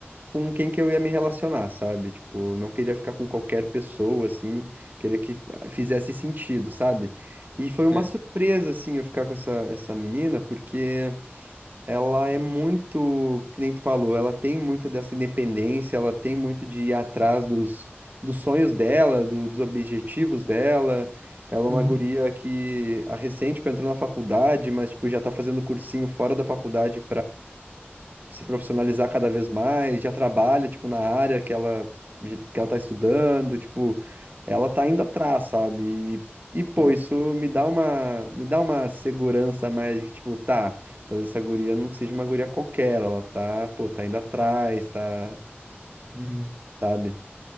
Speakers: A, on the right; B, on the right.
A: com quem que eu ia me relacionar, sabe? Tipo, eu não queria ficar com qualquer pessoa, assim, queria que fa- fizesse sentido, sabe? E foi
B: entendo.
A: uma surpresa, assim, eu ficar com essa, essa menina, porque ela é muito, que nem tu falou, ela tem muito dessa independência, ela tem muito de ir atrás dos, dos sonhos dela, do- dos objetivos dela. Ela é uma
B: Uhum,
A: guria que a recente tipo, entrou na faculdade, mas tipo, já tá fazendo cursinho fora da faculdade se profissionalizar cada vez mais, já trabalha, tipo, na área que ela, que ela tá estudando, tipo, ela tá indo atrás, sabe? E, e pô,
B: claro.
A: isso me dá uma, me dá uma segurança a mais de que, tipo, tá, talvez essa guria não seja uma guria qualquer, ela tá, pô, tá indo atrás, tá,
B: Uhum.
A: sabe?